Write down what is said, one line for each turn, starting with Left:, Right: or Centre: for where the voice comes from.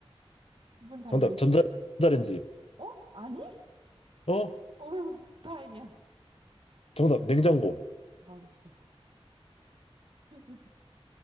Right: 문 달려
Left: 정답,
Right: 있어.
Left: 전자레인지.
Right: 어? 아니?
Left: 어?
Right: 오, 다행이야.
Left: 정답 냉장고.
Right: 맞았어. <laughs>